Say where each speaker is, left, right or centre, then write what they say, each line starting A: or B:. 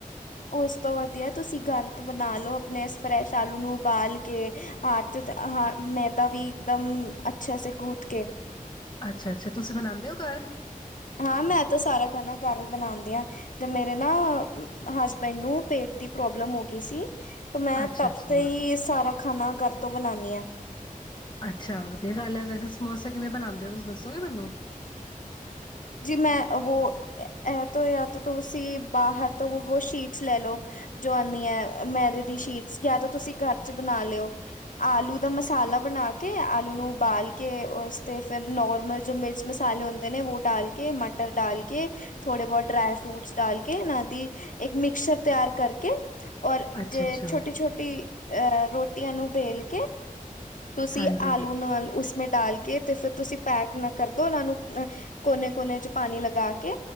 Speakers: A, on the left (about 65°); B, on the left (about 30°).
A: ਉਸ ਤੋਂ ਵਧੀਆ ਤੁਸੀਂ ਘਰ ਤੋਂ ਬਣਾ ਲੋ ਆਪਣੇ ਇਸ ਫਰੈਸ਼ ਆਲੂ ਨੂੰ ਉਬਾਲ ਕੇ ਹੱਥਾਂ ਨਾਲ ਮੈਦਾ ਵੀ ਇਕਦਮ ਅੱਛਾ ਸ ਗੂਦ ਕੇ।
B: ਅੱਛਾ- ਅੱਛਾ ਤੁਸੀਂ ਬਣਾਉਂਦੇ ਹੋ ਘਰ
A: ਹਾਂ ਮੈਂ ਤਾਂ ਸਾਰਾ ਖਾਣਾ ਘਰ ਬਣਾਉਂਦੀ ਹਾਂ ਜ ਮੇਰੇ ਨਾ ਹਸਬੈਂਡ ਨੂੰ ਪੇਟ ਦੀ ਪ੍ਰੋਬਲਮ ਹੋ ਗਈ ਸੀ। ਮੈਂ
B: ਅੱਛਾ
A: ਤਬ
B: ਅੱਛਾ
A: ਤੇ ਹੀ ਇਹ ਸਾਰਾ ਖਾਣਾ ਘਰ ਤੋਂ ਬਣਾਉਦੀ ਹਾਂ।
B: ਅੱਛਾ ਤੇ ਇਹ ਗੱਲ ਹੈ ਵੈਸੇ ਸਮੋਸੇ ਕਿਵੇਂ ਬਣਾਉਂਦੇ ਹੋ ਤੁਸੀ ਦੱਸੋਗੇ ਮੈਨੂੰ?
A: ਜੀ ਮੈਂ ਵੋ ਇਹ ਤੋਂ ਯਾਂ ਤੋ ਤੁਸੀਂ ਬਾਹਰ ਤੋਂ ਸ਼ੀਟਸ ਲੈ ਲਓ ਜੋ ਆਂਨੀ ਹੈ ਮੈਦੇ ਦੀ ਸ਼ੀਟਸ ਜਾਂ ਤਾਂ ਤੁਸੀਂ ਘਰ ਚ ਬਣਾ ਲਿਓ ਆਲੂ ਦਾ ਮਸਾਲਾ ਬਣਾ ਕੇ ਆਲੂ ਨੂੰ ਉਬਾਲ ਕੇ ਉਸ ਤੇ ਫਿਰ ਨੋਰਮਲ ਜੋ ਮਿਰਚ ਮਸਾਲੇ ਹੁੰਦੇ ਨੇ। ਡਾਲ ਕੇ ਮਟਰ ਡਾਲ ਕੇ ਥੋੜੇ ਬਹੁਤ ਡਰਾਈ ਫਰੂਟਸ ਡਾਲ ਕੇ ਇਹਨਾਂ ਦੀ ਇੱਕ ਮਿਕਸਚਰ ਤਿਆਰ ਕਰਕੇ। ਔਰ
B: ਅੱਛਾ
A: ਜੇ
B: ਅੱਛਾ
A: ਛੋਟੀ- ਛੋਟੀ ਅਹ ਰੋਟੀਆਂ ਨੂੰ ਬੇਲ ਕੇ ਤੁਸੀਂ
B: ਹਾਂਜੀ
A: ਆਲੂ ਨਾਲ ਉਸਮੇਂ ਡਾਲ ਕੇ ਤੇ ਫਿਰ ਤੁਸੀਂ ਪੈਕ ਨਾ ਕਰਦਉ ਉਹਨਾਂ ਨੂੰ ਅ ਕੋਨੇ ਕੋਨੇ ਚ ਪਾਣੀ ਲਗਾ ਕੇ